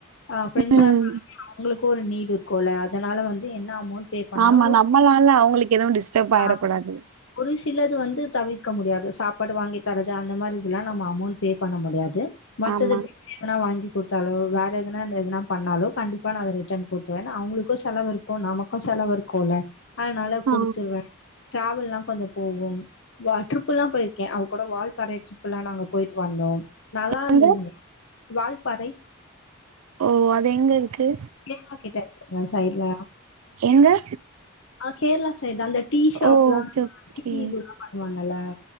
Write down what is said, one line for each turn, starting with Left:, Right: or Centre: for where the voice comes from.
Left: ஆ ஃப்ரெண்ட்ஸா
Right: ம்.
Left: இருந்தாலுமே அவங் உங்களுக்கு ஒரு நீட் இருக்குல அதனால வந்து என்ன அமௌண்ட் பே பண்ணாலு
Right: ஆமா
Left: ஒரு
Right: நம்மளால அவங்களுக்கு எதுவு டிஸ்டர்ப் ஆயிர
Left: ஆ
Right: கூடாது
Left: ஒரு சிலது வந்து தவிர்க்க முடியாது சாப்பாடு வாங்கி தரது அந்த மாரி இதுல்லா நம்ம அமௌண்ட் பே பண்ண முடியாது மத்தது
Right: ஆமா.
Left: எதனா வாங்கி குத்தாலோ வேற எதனா எதுனா பண்ணாலோ கண்டிப்பா நா அத ரிட்டன் போட்ருவே எனா அவங்களுக்கு செலவு இரு க்கு நமக்கு செலவு இருக்குல்ல அதனால
Right: ஆ.
Left: குடுத்துருவே டிராவல்லா கொஞ்சோ போவோம் வா ட்ரிப்புல்லா போயிருக்கே அவ கூட வால்பாறை டரிப்ல்லா நாங்க போயிட்டு வந்தோ நல்லா இருந்ததுங்க
Right: எங்க?
Left: வால்பாறை
Right: ஓ அது எங்க இருக்கு
Left: கேரளா கிட்ட இருக்குங்க சைட்ல
Right: எங்க
Left: ஆ கேரளா சைட் தா அந்த டீ ஷாப்லா
Right: ஓ! ஓகே, ஓகே.
Left: டீ இதுல்லா பண்ணுவாங்கல்ல